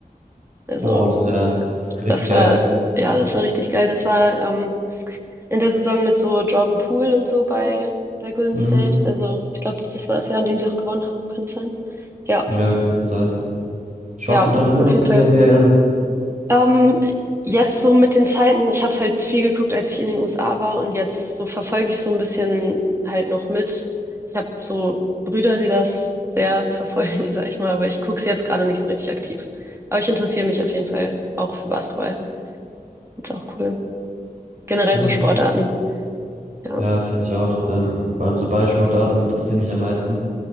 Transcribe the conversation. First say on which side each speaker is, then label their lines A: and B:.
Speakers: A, on the right (about 15°); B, on the right (about 50°).
A: Also
B: Oh, und ja, das ist richtig
A: das
B: geil.
A: war, ja, das war richtig geil. Das war ähm, in der Saison mit so Jordan Poole und so bei, bei Golden
B: Mhm.
A: State. Also ich glaube, das war das Jahr, in dem sie auch gewonnen haben, kann es sein? Ja,
B: Ja, kann sein. Schaust
A: ja,
B: du dann immer
A: auf
B: noch so
A: jeden Fall.
B: die NBA an?
A: Ähm, jetzt so mit den Zeiten, ich habe es halt viel geguckt, als ich in den USA war und jetzt so verfolge ich so ein bisschen halt noch mit. Ich habe so Brüder, die das sehr verfolgen, <laughs> sag ich mal, aber ich gucke es jetzt gerade nicht so richtig aktiv. Aber ich interessiere mich auf jeden Fall auch für Basketball. Ist auch cool. Generell
B: Ja,
A: so Sportarten. Ja,
B: Ja, finde ich auch. Ähm, vor allem so Ballsportarten interessieren mich am meisten.